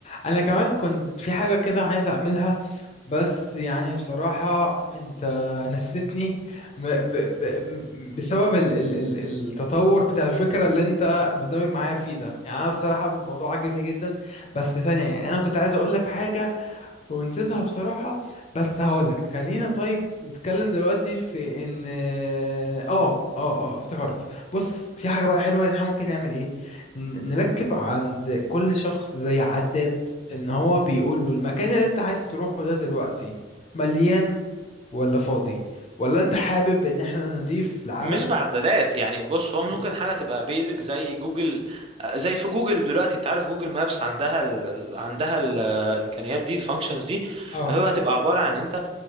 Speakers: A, on the left (about 35°); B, on the right (about 30°).
A: أنا كمان كنت في حاجة كده عايز أعملها بس يعني بصراحة انت نسيتني م- ب ب م- بسبب ال ال ال التطور بتاع الفكرة اللي انت مندمج معايا فيه ده يعني انا بصراحة الموضوع عجبني جدا بس ثانية يعني انا كنت عايز اقول لك حاجة ونسيتها بصراحة بس هقولك خلينا طيب نتكلم دلوقتي في ان اه اه اه افتكرت بص في حاجة بقى حلوة ان احنا ممكن نعمل ايه ن- نركب عند كل شخص زي عداد ان هو بيقول له المكان اللي انت عايز تروحه ده دلوقتي مليان ولا فاضي ولا انت حابب ان احنا نضيف العالم
B: مش بعدادات يعني بص هو ممكن
A: مم.
B: حاجة تبقى بيزك زي جوجل آه، زي في جوجل دلوقتي انت عارف جوجل مابس عندها ال... عندها الامكانيات دي الفانكشنز دي
A: اه
B: هو هتبقى عبارة عن انت